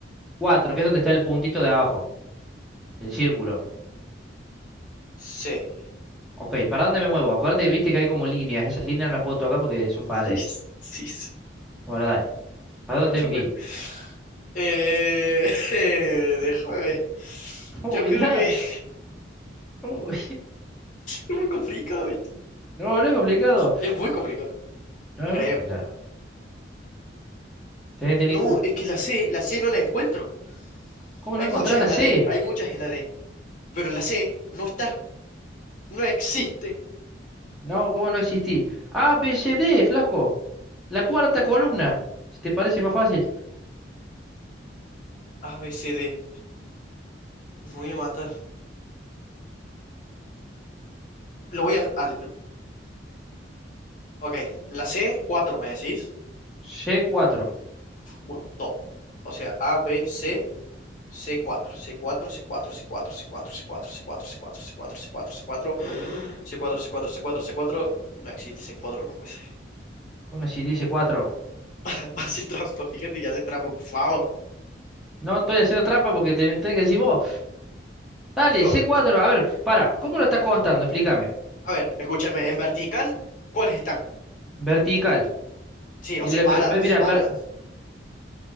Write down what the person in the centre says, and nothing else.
cuatro que es donde está el puntito de abajo, el círculo.
Ok, ¿para dónde me muevo? Acuérdate, viste que hay como líneas. Esas líneas no las puedo tocar porque son
paredes.
Bueno, dale. ¿Para dónde
tengo que ir?
<laughs>
Uy,
da-
uy,
<laughs> No, no es complicado.
No,
no es complicado. Tenés que tener
Q.
¿Cómo
no encontrar
la
C?
No, ¿cómo no existí? A, B, C, D, flaco. La cuarta columna. Si te parece más fácil.
C4.
Bueno, si dice 4.
No estoy haciendo trampa porque te tenés que decir vos. Dale,
C4.
A ver, para. ¿Cómo lo estás contando? Explícame.
Vertical.
El-
ve- ve- mira,
ver-